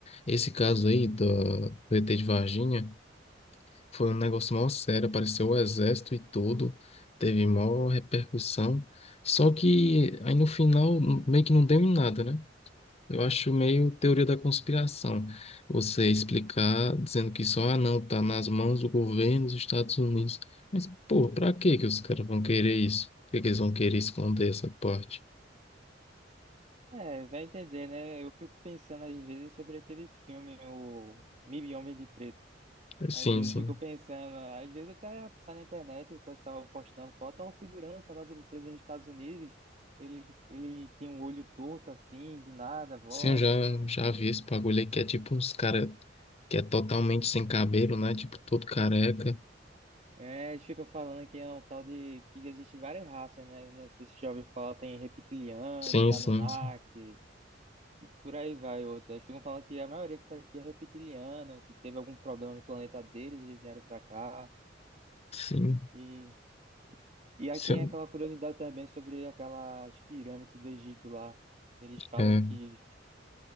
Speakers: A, on the left (about 35°); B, on the right (about 40°).
A: Esse caso aí do, do ET de Varginha. Foi um negócio mal sério, apareceu o exército e tudo, teve maior repercussão. Só que aí no final n- meio que não deu em nada, né? Eu acho meio teoria da conspiração. Você explicar dizendo que só, ah, não, tá nas mãos do governo dos Estados Unidos. Mas, pô, pra que que os caras vão querer isso? Por que que eles vão querer esconder essa parte?
B: É, vai entender, né? Eu fico pensando às vezes sobre aquele filme, o Mil Homens de Preto.
A: Sim,
B: Às vezes
A: sim.
B: eu fico pensando, às vezes até passar na internet o pessoal postando foto, ó, o segurança lá do presidente dos Estados Unidos, ele, ele tem um olho torto assim, do nada, volta.
A: Sim, eu já, já vi esse bagulho aí que é tipo uns caras que é totalmente sem cabelo, né? Tipo, todo careca.
B: É, eles ficam falando que é um tal de que existe várias raças, né? Não sei se você já ouviu falar, tem reptilianos,
A: Sim,
B: Anunnaki
A: sim, sim.
B: e por aí vai outros. Eles ficam falando que a maioria que tá aqui é reptiliana, que teve algum problema no planeta deles e vieram pra cá.
A: Sim,
B: E, e aí
A: se
B: tem aquela curiosidade também sobre aquelas pirâmides do Egito lá. Eles falam
A: é,
B: que